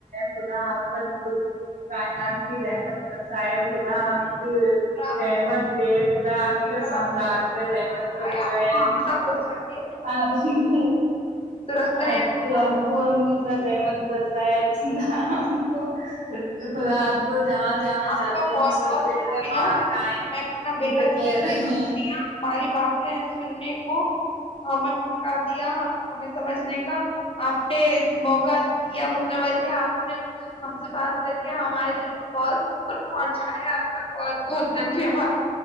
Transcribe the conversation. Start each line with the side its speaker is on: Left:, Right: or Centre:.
Right: خدا آ کر پوری پوری کائنات کی رحمت بسائے خدا آپ کی
Left: آپ
Right: رحمت
Left: کے
Right: دے خدا آپ کے
Left: کل
Right: خاندان
Left: ہمیشہ
Right: پر رحمت بر
Left: آیا
Right: جائے
Left: آپ کو ہمیشہ خوش رکھے
Right: آ آپ
Left: درست رہے
Right: آپ کے ابو امی پر رحمت بچ جائے کو خدا آپ کو جہاں جانا
Left: آپ
Right: چاہتی
Left: کا
Right: ہے
Left: بہت
Right: مستقبل
Left: بہت شکریہ
Right: میں وہاں
Left: میں
Right: جائیں
Left: اپنا
Right: ہم
Left: بے
Right: تو
Left: حد
Right: کہہ
Left: قیمتی
Right: رہے
Left: ہماری
Right: ہیں
Left: باتیں سننے کو ہمیں موقع دیا ہمیں سمجھنے کا آپ نے موقع دیا مطلب ایسے آپ نے ہم سے بات کر ہمارے دل کو بہت س کچھ پہنچایا آپ کا بہت بہت دھنیہ واد